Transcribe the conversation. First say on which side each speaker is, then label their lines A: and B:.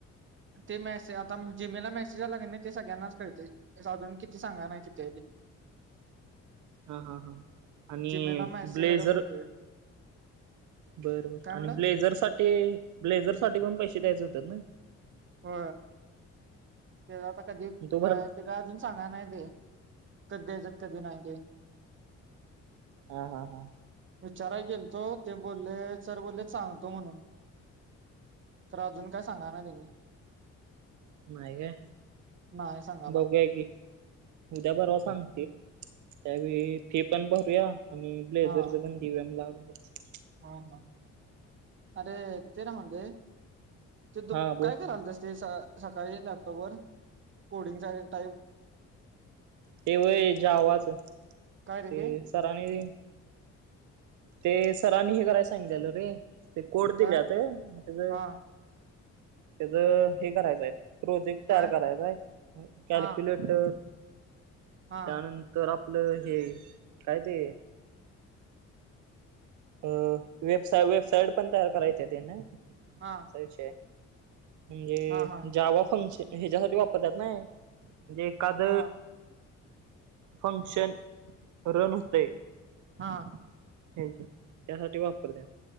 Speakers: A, on the right (about 40°); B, on the right (about 75°).
A: ते मेसे आता जीमेलला मेसेज आला के नाही, ते सगळ्यांनाच कळते. साधून, किती सांगा ना कितीरी.
B: हा हा हा आणि
A: जिमेला मेसेज
B: ब्लेझर
A: आल्यावर कळतंय
B: बर बर
A: काय म्हणला
B: आणि ब्लेझर साठी, ब्लेझर साठी पण पैसे द्यायचे होतात ना?
A: हो, ते आता कधी
B: तो भरल
A: काय ते का अजून सांगा नाही ते. कधी द्यायचे, आणि कधी नाही.
B: ह हा हा.
A: विचाराय गेलतो, ते बोलले सर बोलले सांगतो म्हणून. तर अजून काय सांगा ना त्यांनी.
B: नाही ग,
A: नाही सांगाला
B: बघुया की उद्या बरवा सांगते त्यावेळी फी पण भरूया आणि ब्लेजरच
A: हा
B: पण <unintelligible>
A: हा हा, अरे ते राहून दे. ते तु
B: हा बोल
A: काय करत? असते सकाळी लॅपटॉप वर कोडिंगचा टाईम.
B: तेव, जावाचं ते
A: काय रे ते
B: सरांने ते सरांनी हे करायला सांगितलं, रे ते कोड दिले
A: काय
B: होते.
A: हा
B: त्याचं, हे करायचंय. प्रोजेक्ट तयार
A: काय
B: करायचा आहे, कॅल्क्युलेटर
A: हा हा
B: त्यानंतर तर आपलं हे काय ते अ, वेबसा वेबसाईट पण तयार करायची ते ना?
A: हा
B: वि आहे म्हणजे
A: हा हा
B: जावा फंक्शन ह्याच्यासाठी वापरत्यात नई म्हणजे एखाद
A: हा
B: फंक्शन, रन होते.
A: हां.
B: <unintelligible> त्यासाठी वापरत्या